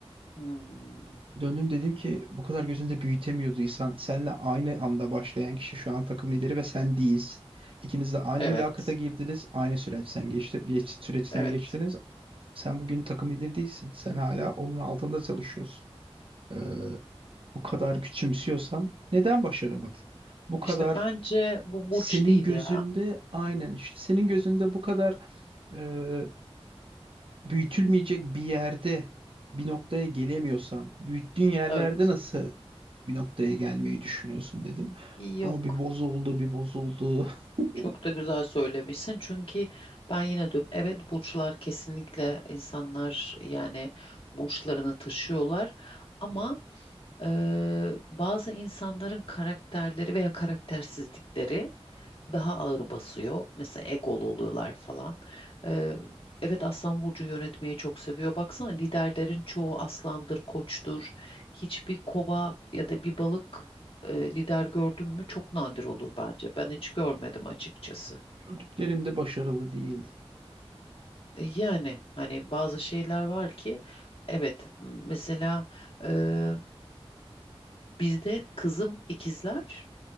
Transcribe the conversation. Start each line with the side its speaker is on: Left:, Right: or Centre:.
Left: Hmm,
Right: Döndüm dedim ki bu kadar gözünde büyütemiyorduysan senle aynı anda başlayan kişi şu an takım lideri ve sen değilsin. İkiniz de aynı
Left: Evet,
Right: mülakata girdiniz, aynı süreçten geçti, geç, süreçten
Left: evet.
Right: geçtiniz. Sen bugün takım lideri değilsin. Sen hala onun altında çalışıyorsun. Ee, bu kadar küçümsüyorsan neden başaramadın? Bu kadar
Left: İşte bence bu burç
Right: Senin
Left: değil
Right: gözünde
Left: ya.
Right: aynen işte senin gözünde bu kadar e, büyütülmeyecek bir yerde bir noktaya gelemiyorsan büyüttüğün yerlerde
Left: Evet,
Right: nasıl bir noktaya gelmeyi düşünüyorsun dedim.
Left: yok.
Right: O bir bozuldu bir bozuldu. <laughs>
Left: Çok da güzel söylemişsin. Çünkü ben yine diyorum evet burçlar kesinlikle insanlar yani burçlarını taşıyorlar. Ama Eee, bazı insanların karakterleri veya karaktersizlikleri daha ağır basıyor. Mesela egolu oluyorlar falan. Eee, evet Aslan Burcu yönetmeyi çok seviyor. Baksana liderlerin çoğu aslandır, koçtur. Hiçbir kova ya da bir balık eee, lider gördün mü çok nadir olur bence. Ben hiç görmedim açıkçası.
Right: Gördüklerim de başarılı değildi.
Left: E, Yani hani bazı şeyler var ki evet m- mesela eee, bizde kızım ikizler.